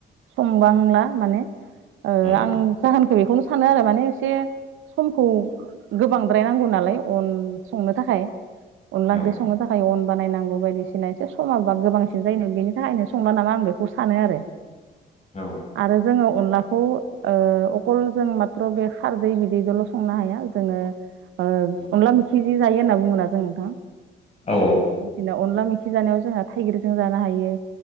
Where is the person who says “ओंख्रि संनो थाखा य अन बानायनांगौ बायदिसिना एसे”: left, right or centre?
Right